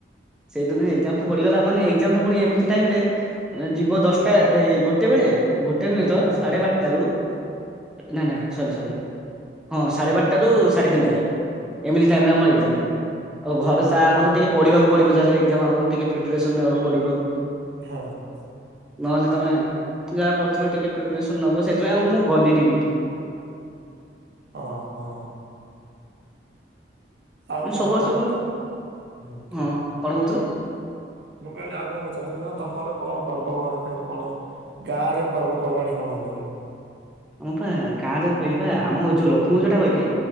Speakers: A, in the centre; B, on the right (about 65°).
A: ସେଇଦିନ ହଁ ଏକ୍ସାମ ଟା ପଡିଗଲା ମାନେ ଏକ୍ସାମ୍ ଟା ପୁଣି ଏମିତି ଟାଇମ ରୋନ ଯିବ ଦଶଟା ତ ଏଇ ଗୋଟେ ବେଳେ ଗୋଟେ ନୁହେଁ ତ
B: ହୁଁ
A: ସାଢେ ବାରଟା ସାଢ଼େ ବାର ଟା ରୁ ନା ନା ସରି ସରି ହଁ ସାଢେ ବାରଟା ରୁ ସାଢେ ତିନିଟା ଯାଏ। ଏମିତି ଟାଇମରେ ଆମ ଏକଜାମ ଟା। ଆଉ ଘରେ ସା ଆଗରୁ ଟିକେ ପଢିବାକୁ ପଡିବ ତାେଲେ ଏକ୍ଜାମ ଆଗରୁ ଟିକେ ପ୍ରିପାରେସନ ନବାକୁ ପଡିବ।
B: ହଁ।
A: ନହେଲେ ତୁମେ ଯାହା ପଡ଼ିଥିଲ ଟିକେ ପ୍ରିପରେସନ୍ ନେବ ସେଥିପାଇଁ ଆଉ ମୁଁ ଗଲିନି ବି।
B: ଓହୋ। ଆଉ କଣ
A: ସବୁ
B: ମାନେ
A: ସବୁ
B: ତ ହୁଁ କୁହ
A: ହଁ କଣ କହୁଥିଲ?
B: ମୁଁ କହିଲି ଆଗକୁ ପଚାରୁଥିଲି ନା ତମର କଣ ପର୍ବ ମାନ କେମିତି କଣ ଗାଁ ରେ ପର୍ବପର୍ବାଣିୀ କଣ ହୁଏ?
A: ଆମ ପା ଗାଁ ରେ କହିଲି ବା ଆମ ଯୋଉ ଲକ୍ଷ୍ମୀ ପୂଜାଟା କହିଲି